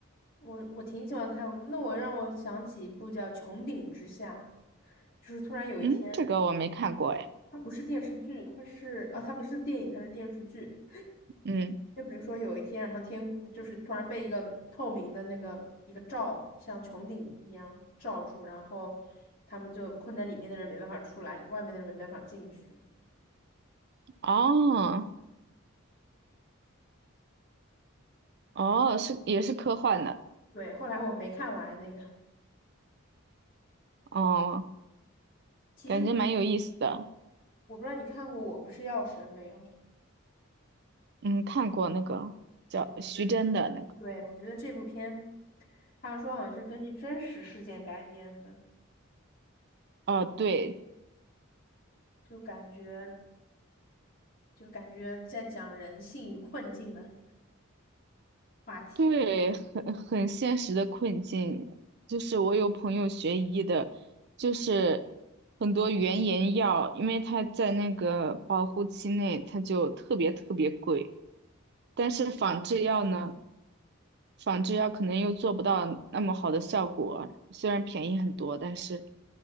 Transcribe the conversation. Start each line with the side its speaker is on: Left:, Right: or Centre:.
Left: 我我挺喜欢看，那我让我想起一部叫《穹顶之下》，就是突然有一天，
Right: 嗯，这个我没看过哎。
Left: 它不是电视剧，它是啊，它不是电影，它是电视剧。
Right: 嗯，
Left: 就比如说有一天，然后天就是突然被一个透明的那个一个罩，像穹顶一样罩住，然后他们就困在里面的人没办法出来，外面的人没办法进去。
Right: 哦。哦，是也是科幻的，
Left: 对，后来我没看完那个。
Right: 哦，
Left: 其实。
Right: 感觉蛮有意思的。
Left: 我不知道你看过《我不是药神》没有？
Right: 嗯，看过那个叫徐峥的那个，
Left: 我觉得，对，我觉得这部片，他们说好像是根据真实事件改编的，
Right: 哦，对
Left: 就感觉就感觉在讲人性与困境的题。
Right: 对，很很现实的困境，就是我有朋友学医的，就是很多原研药，因为它在那个保护期内，它就特别特别贵，但是仿制药呢？仿制药可能又做不到那么好的效果，虽然便宜很多，但是